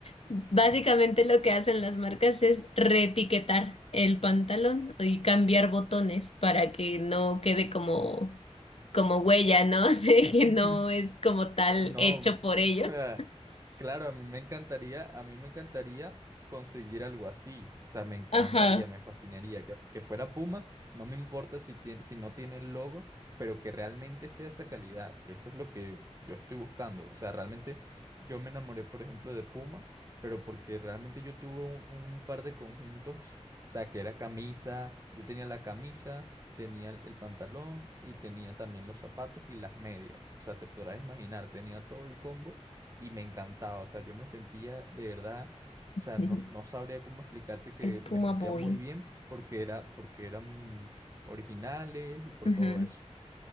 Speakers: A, on the left; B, on the right.
A: básicamente lo que hacen las marcas es reetiquetar el pantalón y cambiar botones para que no quede como, como huella, ¿no? <laughs> De que
B: <laughs>
A: no es como tal
B: No,
A: hecho
B: <laughs>
A: por ellos.
B: o sea, claro, a mí me encantaría, a mí me encantaría conseguir algo así. O sea, me encantaría,
A: Ajá.
B: me fascinaría que, que fuera Puma. No me importa si tiene, si no tiene el logo, pero que realmente sea esa calidad, que eso es lo que yo estoy buscando. O sea, realmente yo me enamoré, por ejemplo, de Puma, pero porque realmente yo tuve un, un par de conjuntos, o sea, que era camisa, yo tenía la camisa tenía el pantalón y tenía también los zapatos y las medias. O sea, te podrás imaginar, tenía todo el combo y me encantaba. O sea, yo me sentía de verdad, o sea,
A: Ujú.
B: no, no sabría cómo explicarte que
A: El Puma
B: me sentía
A: Boy.
B: muy bien porque era, porque eran originales y por
A: Ujú.
B: todo eso.